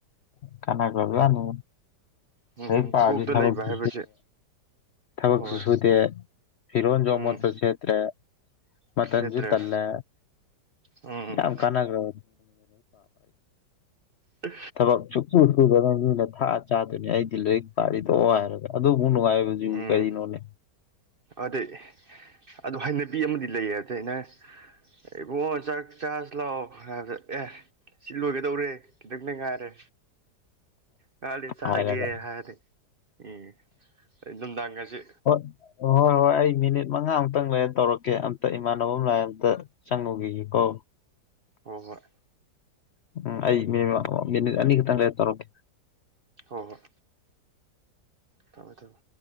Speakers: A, on the left (about 85°); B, on the right (about 50°).
A: ꯀꯅꯥ ꯀꯅꯤ
B: ꯎꯝ
A: ꯍ ꯄꯥꯗꯤ
B: ꯀꯣꯛꯇ
A: ꯊꯕꯣꯗ
B: ꯂꯩꯕ ꯍꯥꯏꯕꯁꯦ
A: ꯊꯕꯛꯁꯨ
B: ꯍꯣꯏ
A: ꯁꯨꯗꯦ ꯐꯤꯔꯣꯟꯁꯨ
B: ꯎꯝ
A: ꯃꯣꯠꯄ ꯁꯦꯠꯇ꯭ꯔꯦ ꯃꯇꯝꯟꯁꯨ
B: ꯁꯦꯠꯇ꯭ꯔꯦ
A: ꯇꯂꯦ
B: ꯎꯝ
A: ꯌꯥꯝ ꯀꯅꯒ꯭ꯔꯣ
B: ꯎ
A: ꯊꯕꯛ ꯆꯨꯁꯨꯨ ꯁꯨꯗꯅ ꯃꯤꯅ ꯊꯥꯛꯑ ꯆꯥꯗꯣꯏꯅꯤ ꯑꯩꯗꯤ ꯂꯥꯏꯔꯤꯛ ꯄꯥꯔꯤꯗꯣ ꯍꯥꯏꯔꯒ ꯑꯗꯨꯕꯨ ꯅꯨꯡꯉꯥꯏꯕꯁꯨ
B: ꯎꯝ
A: ꯅꯣꯦ
B: ꯑꯗꯩ ꯑꯗꯨ ꯍꯩꯅꯕꯤ ꯑꯃꯗꯤ ꯂꯩꯌꯦ ꯑꯗꯩ ꯑꯩꯅ ꯑꯩꯕꯣ ꯆꯥꯛ ꯆꯥꯔꯖ ꯂꯥꯛꯑꯣ ꯍꯥꯏꯕꯗ ꯑꯦ ꯁꯤ ꯂꯣꯏꯒꯗꯧꯔꯦ ꯈꯤꯇꯪꯅꯦ ꯉꯥꯏꯔꯦ ꯀꯗꯤ ꯆꯥꯔꯒꯦ
A: ꯍꯥꯏꯔꯒ
B: ꯍꯥꯏꯅꯤꯦ ꯎꯝ ꯅꯨꯡꯗꯥꯡꯒꯁꯦ
A: ꯍꯣꯏ ꯍꯣꯏ ꯍꯣꯏ ꯑꯩ ꯃꯤꯅꯤꯠ ꯃꯉꯥꯃꯨꯛꯇꯪ ꯂꯩꯔ ꯇꯧꯔꯛꯀꯦ ꯑꯝꯇ ꯏꯃꯥꯟꯅꯕ ꯑꯃ ꯂꯥꯛ ꯑꯝꯇ ꯁꯪꯉꯣꯒꯤꯦ ꯀꯣ
B: ꯍꯣꯏ ꯍꯣꯏ
A: ꯎꯝ ꯑꯩ ꯃꯤꯅꯤꯃ ꯃꯤꯅꯤꯠ ꯑꯅꯤ ꯈꯛꯇꯪ ꯂꯩ ꯇꯧꯔꯛꯀꯦ
B: ꯍꯣꯏ ꯍꯣꯏ ꯊꯝꯃꯦ ꯊꯝꯃꯦ